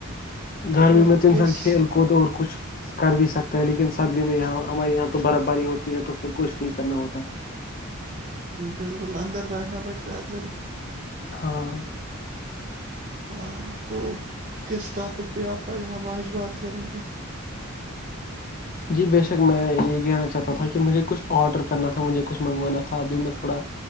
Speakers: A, on the left; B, on the right.
A: گرمی
B: اور
A: میں تو انسان
B: کس
A: کھیل کود اور کچھ کر بھی سکتا ہے لیکن سردی میں یہاں ہمارے یہاں تو برف باری ہوتی ہے تو پھر کچھ نہیں کرنا ہوتا
B: بالکل اندر بیٹھنا پڑتا ہے پھر
A: ہاں
B: ہاں تو کس ٹاپک پہ آپ ہم آج بات کریں گے
A: جی بے شک میں یہ کہنا چاہتا تھا کہ مجھے کچھ آڈر کرنا تھا مجھے کچھ منگوانا تھا ابھی میں تھوڑا